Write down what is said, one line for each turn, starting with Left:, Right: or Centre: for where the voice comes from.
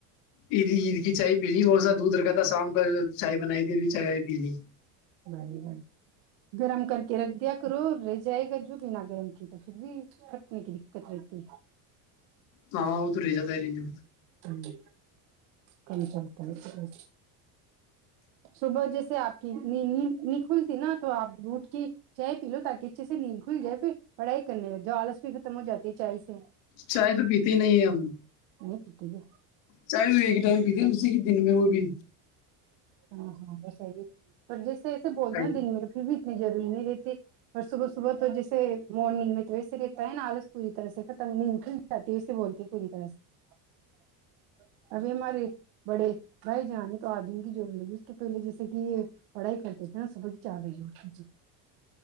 Left: عید عید کی چائے پی لی تھوڑا سا دودھ رکھا تھا شام کا چائے بنائی تھی بھی چائے پی لی
Right: بڑی بڑ گرم کر کے رکھ دیا کرو رہ جائے گا جو بھی نہ گرم کی تو پھر بھی پھٹنے کی دقت رہتی
Left: ہاں وہ تو ری جاتا رہیںے
Right: جی کم چلتا ہے صبح جیسے آپ کی ند نیند نیند کھلتی نا تو آپ اٹ کے چائے پی لو تاکہ اچھے سے نیند کھل جائے پھر پڑھائی کرنے لگ جائے آلس بھی ختم ہو جاتی ہے چائے سے
Left: چائے تو پیتے ہی نہیں ہے ہم
Right: ا ٹھیک ہے
Left: چاہ ہو یہ گٹ وگم ہی دن میں وہ بھی
Right: ہاں ہاں بسی پر جس ایسے بول
Left: ہے
Right: ہیں دنیر میں پھر بھی اتنی ضوری نہیں رہتی اور صبح صبح تو جیسے مارنگ میں تو ویسے رہتا ہے نا آلس پوری طرح سے ختم نیند کھل جاتا دیر سے بولتے ہیں پوری طرح سے ابھی ہمارے بڑے بھائی جان تو آگ جو لگی اس کے پہلے جیسے کہ پڑھائی خرچ ہوتی ہے نا صبح کی چار بجے اٹتی ت